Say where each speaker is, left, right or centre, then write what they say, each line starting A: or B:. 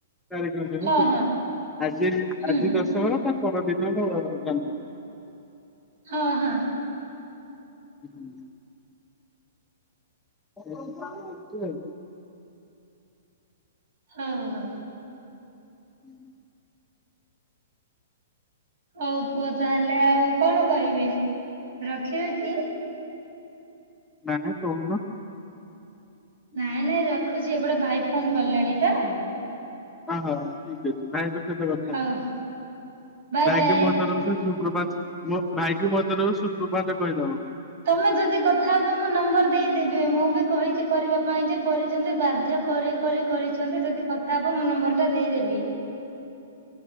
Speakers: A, in the centre; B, on the right (about 65°).
A: ତାରିଖ ନୁହଁ
B: ହଁ
A: ତିଥି
B: ହଁ
A: ଆଜି
B: ହୁଁ
A: ଆଜି
B: ହୁଁ
A: ଦଶହରା ତା ପରଦିନ ମୋ ଜନ୍ମ ଦିନ।
B: ହଁ ହଁ।
A: ହୁଁ। <unintelligible>
B: ହୋଉ ହୋଉ।
A: ହୁଁ।
B: ହୋଉ ପୁଅ ତାହଲେ ଆଉ କଣ କହିବି ରଖିବି କି?
A: ନାଇଁ କୋହୁନ।
B: ନାଇଁ ନାଇଁ ରଖୁଚି ଏପଟେ ଭାଇ ଫୋନ୍ କଲେଣି ତ।
A: ହଁ ହଁ ହ ଠିକ୍ ଅଛି ଭାଇଙ୍କ ସହିତ କଥା
B: ହଉ
A: ହୁଅ।
B: ବାଏ
A: ଭାଇ
B: ବାଏ।
A: କି ମୋ ତରଫରୁ ସୁପ୍ରଭାତ ମୋ ଭାଇକି ମୋତରଫରୁ ସୁପ୍ରଭାତ କହିଦବ।
B: ତମେ ଯଦି କଥା ହବ ମୁଁ ନମ୍ବର ଦେଇଦେବି। ମୁଁ ବି କହିଚି କରିବା ପାଇଁ ଯେ କରିଚନ୍ତି ବାଧ୍ୟ କରି କରି କରିଚନ୍ତି ଯଦି କଥା ହବ ମୁଁ ନମ୍ବରଟା ଦେଇଦେବି।